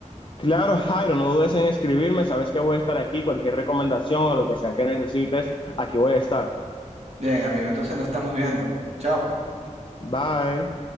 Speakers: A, on the left (about 40°); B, on the right (about 55°).
A: Claro, Jairo, no dudes en escribirme. Sabes que voy a estar aquí. Cualquier recomendación o lo que sea que necesites, aquí voy a estar.
B: Bien, amigo, entonces nos estamos viendo. Chao.
A: Bye.